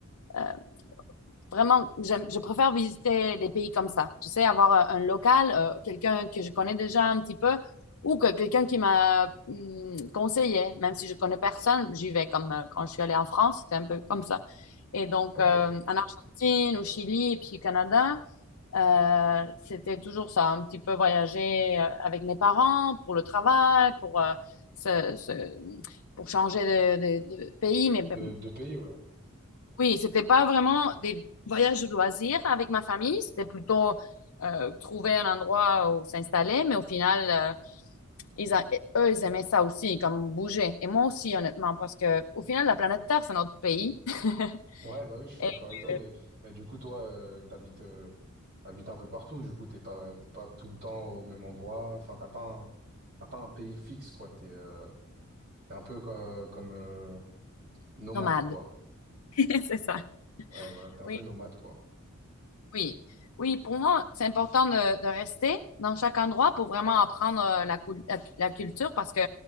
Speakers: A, on the left (about 70°); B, on the right (about 55°).
A: euh, vraiment, j'aime- je préfère visiter des pays comme ça. Tu sais, avoir un, un local, euh, quelqu'un que je connais déjà un petit peu ou que quelqu'un qui m'a hum, conseillé. Même si je connais personne, j'y vais comme euh, quand je suis allée en France, c'était un peu comme ça. Et donc,
B: Ok.
A: euh, en Argentine, au Chili, et puis au Canada. Euh, c'était toujours ça, un petit peu voyager euh, avec mes parents pour le travail, pour, euh, se- se- pour changer de, de- de pays. Mais ben,
B: De, de pays, ouais.
A: oui, c'était pas vraiment des voyages de loisirs avec ma famille, c'était plutôt euh, trouver un endroit où s'installer. Mais au final, euh, ils a- eux, ils aimaient ça aussi, comme bouger. Et moi aussi, honnêtement, parce que au final, la planète Terre, c'est notre pays. <laughs>
B: Ouais, bah oui, je suis
A: Et
B: d'accord avec toi,
A: euh,
B: mais, mais du coup, toi, euh, t'habites euh, t'habites un peu partout, du coup, t'es pas, t'es pas tout le temps au même endroit. Enfin, t'as pas un, t'as pas un pays fixe, quoi. T'es euh, t'es un peu co- comme, euh, nomade,
A: nomade.
B: quoi.
A: <laughs> C'est ça.
B: Ouais, voilà, t'es un
A: Oui.
B: peu nomade, quoi.
A: Oui, oui, pour moi, c'est important de, de rester dans chaque endroit pour vraiment apprendre euh, la, cul- la, la culture parce que